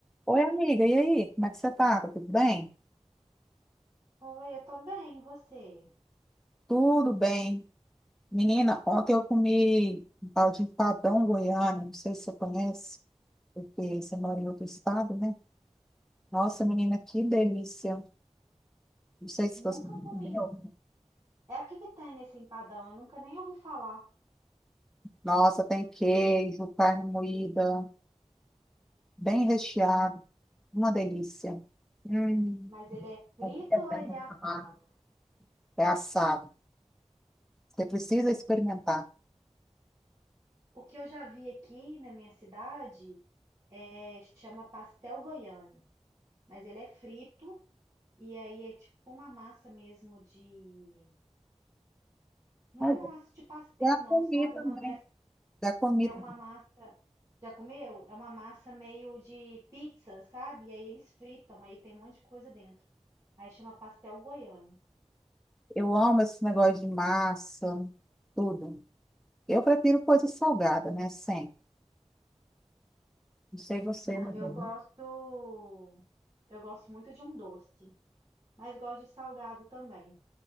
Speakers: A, in the centre; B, on the right.
A: Oi, amiga, e aí? Como é que você tá? Tá Tudo bem?
B: Oi, eu tô bem, e você?
A: Tudo bem. Menina, ontem eu comi um tal de empadão goiano, não sei se você conhece, porque você mora em outro estado, né? Nossa, menina, que delícia. Não sei se
B: Nunca
A: você entendeu.
B: comi. É o que que tem nesse empadão? Eu nunca nem ouvi falar.
A: Nossa, tem queijo, carne moída, bem recheado, uma delícia. Hum,
B: Mas ele é frito
A: é
B: ou
A: bem
B: ele é assado?
A: amado. É assado. Você precisa experimentar.
B: O que eu já vi aqui na minha cidade é, chama pastel goiano, mas ele é frito e aí é tipo uma massa mesmo de. Não
A: Ah,
B: é uma massa de pastel,
A: Já
B: não,
A: comi
B: sabe?
A: também,
B: É uma, mes-
A: já comi.
B: é uma massa. Já comeu? É uma massa meio de pizza, sabe? E aí eles fritam, aí tem um monte de coisa dentro. Aí chama pastel goiano.
A: Eu amo esse negócio de massa, tudo. Eu prefiro coisa salgada, né? Sempre. Não sei você,
B: Na-
A: mas
B: eu
A: eu
B: gosto, eu gosto muito de um doce, mas gosto de salgado também.